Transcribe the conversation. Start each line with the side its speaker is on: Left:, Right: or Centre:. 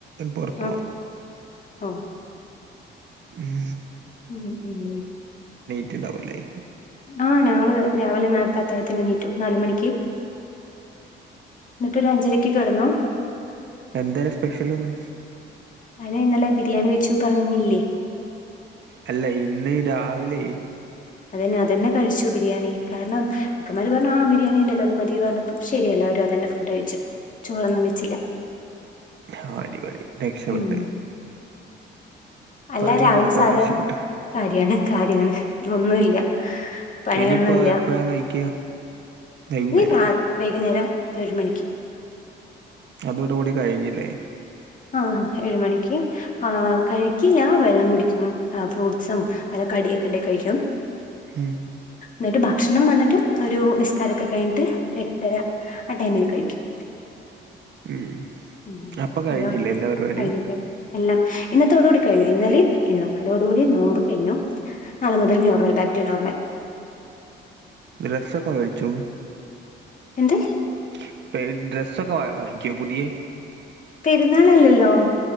Right: പുറത്തു
Left: ഓ
Right: പോണം
Left: ഓ.
Right: ഉം.
Left: ഉം ഉം
Right: ണ്ടാവുല്ലേ?
Left: ആഹ് ഞങ്ങള് രാവിലെ നേർത്തെ അത്തായത്തിനെനീറ്റു. നാലുമണിക്ക്. ന്ന്ട്ടൊരഞ്ചരക്ക് കെടന്നു.
Right: എന്തായ്നു സ്പെഷ്യൽന്ന്?
Left: ഞാൻ ഇന്നലെ ബിരിയാണി വെച്ചു പറഞ്ഞില്ലേ.
Right: അല്ല ഇന്നീ രാവിലെയ്
Left: അതന്നെ അതന്നെ കഴിച്ചു ബിരിയാണി. കാരണം ഇക്കമാര് പറഞ്ഞു. ആ ബിരിയാണി ണ്ടല്ലോ അത് മതി പറഞ്ഞപ്പോ ശരിയല്ലോ. <unintelligible> തന്നെ ഫുഡ് കഴിച്ചു. ചോറൊന്നും വെച്ചില്ല.
Right: ഓ. അടിപൊളി. രക്ഷപെട്ട്
Left: ഉം അല്ല
Right: പണിയൊന്നും
Left: രാവിലെ
Right: എടുക്കാതെ
Left: സാധാരണ
Right: രക്ഷപ്പെട്ട്.
Left: കാര്യാണ് കാര്യാണ്. ഇന്നൊന്നുല്ല. പണിയൊന്നുല്ല.
Right: ഇനിയിപ്പോ എപ്പഴാ കഴിക്ക വൈകുന്നേരോ
Left: നീ ര വൈകുന്നേരം ഏഴ് മണിക്ക്.
Right: അതോടു കൂടി കഴിഞ്ഞില്ലേ.
Left: ആഹ്. ഏഴുമണിക്ക് ആ കഴിക്കില്ല. വെള്ളം കുടിക്കും. ഫ്രൂട്ടസും കടിയൊക്കണ്ടെ കഴിക്കാം.
Right: ഉം
Left: ന്നട്ട് ബാ ഭക്ഷണം വന്നിട്ട് ഒരു നിസ്കാരൊക്കെ കഴിഞ്ഞിട്ട് ഒരെട്ടര ആ ടൈമില് കഴിക്കും.
Right: ഉം.
Left: ഉം
Right: അപ്പൊ
Left: <unintelligible>
Right: കഴിഞ്ഞില്ലേ എല്ലാ പരിപാടിയും
Left: കഴിഞ്ഞിട്ട് എല്ലം. ഇന്നത്തോടുകൂടി കഴിഞ്ഞു. ഇന്നലിം ഇന്നും. അതോടുകൂടി നോമ്പ് കയ്ഞ്ഞു. നാളെ മുതൽ നോർമൽ. Back to normal.
Right: ഡ്രെസ്സൊക്കെ മേടിച്ചോ?
Left: എന്ത്?
Right: <unintelligible> ഡ്രെസ്സൊക്കെ വ വാങ്ങിക്കോ? പുതിയേ.
Left: പെര്ന്നാളല്ലല്ലോ.